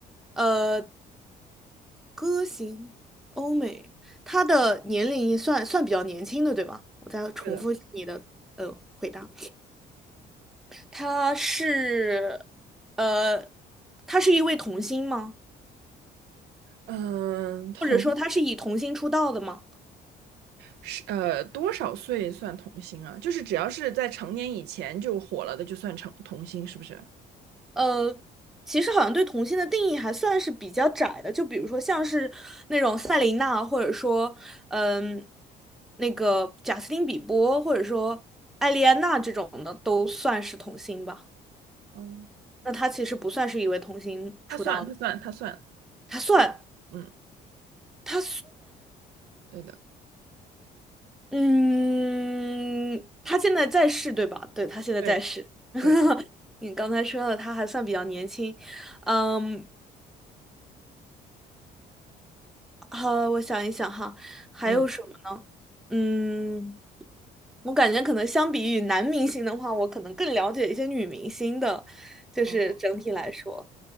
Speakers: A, in the centre; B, on the right.
A: 呃，歌星欧美，他的年龄算算比较年轻的，对吧？我再重复一下你的呃回答，
B: 对的。
A: 他是，呃，他是一位童星吗？
B: 嗯，同。
A: 或者说他是以童星出道的吗？
B: 是呃，多少岁算童星啊？就是只要是在成年以前就火了的，就算成童星，是不是？
A: 呃，其实好像对童星的定义还算是比较窄的，就比如说像是那种赛琳娜，或者说嗯，那个贾斯汀比伯，或者说艾莉安娜这种的，都算是童星吧。
B: 嗯，
A: 那他其实不算是一位童星出道的，
B: 他算，他算，他算。
A: 他算
B: 嗯，
A: 他
B: 对的，
A: 嗯，他现在在世对吧？对，他现在在世。
B: 对对，
A: 你刚才说了，他还算比较年轻，嗯，好，我想一想哈，还有什么呢？
B: 嗯，
A: 嗯，我感觉可能相比于男明星的话，我可能更了解一些女明星的，就是整体来说，
B: 哦，